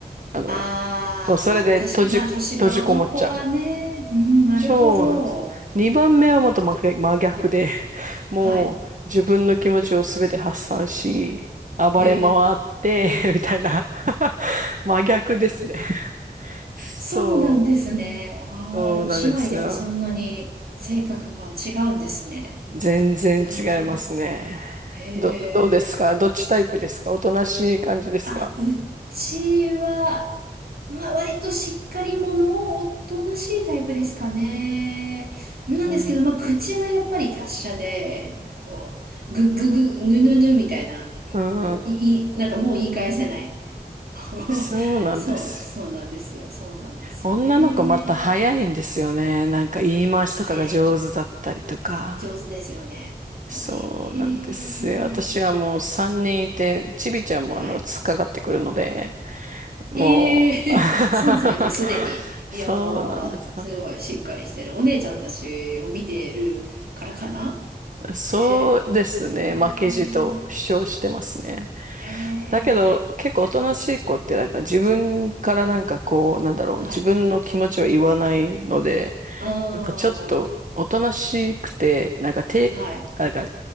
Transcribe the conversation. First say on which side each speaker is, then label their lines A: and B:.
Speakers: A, on the right; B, on the right.
A: あの、
B: あー、
A: そう、それで閉じ、
B: 確かに、まあ年頃の子はね、
A: 閉じこもっちゃう。
B: うん、なるほど。
A: そうなんですよ。2番目はまた真逆真逆で、
B: はい、
A: <laughs> もう自分の気持ちをすべて発散し、
B: はい。
A: 暴れ回って、
B: へ
A: <laughs> みたいな <laughs> 真逆ですね。そ
B: そうなんですね。ああ、
A: う、そうなんですよ。
B: でも姉妹でもそんなに性格が違うんですね。
A: 全然違いますね。
B: いやー、へえ。
A: ど、どうですかどっちタイプですかおとなしい感じですか
B: あ、うちは、まあ割としっかり者をおとなしいタイプですかね。なんですけど、
A: うん。
B: まあ口はやっぱり達者で、なんかこう、ぐっぐぐ、ぬぬぬみたいな、なんかこう、
A: うん。
B: いい、なんかもう言い返せないみたいな。
A: そうなんです。
B: <laughs> そう、そうなんですよ。そうなんですよ。
A: 女の子また早いんですよね。
B: へえ。
A: なんか言い回しとかが上手だったりとか。
B: 早い。上手ですよね。
A: そうなんですよ。
B: 本当に。へえ。
A: 私はもう3人いて、
B: はい。
A: ちびちゃんもあの、
B: はい。
A: 突っかかってくるので、もう、
B: ええ3歳
A: <laughs>
B: <laughs> ですでに。いやー、
A: そうなんです。
B: すごいしっかりしてる。お姉ちゃんたちを見てるからかな
A: そうですね。
B: ええへえ。
A: 負けじと主張してますね。
B: へえ。
A: だけど、結構おとなしい子ってなんか自分からなんかこう、なんだろう、
B: はい。
A: 自分の気持ちは言わないので、
B: あー。
A: なんかちょっとおとなしくて、なんか手、
B: はい。
A: なんか、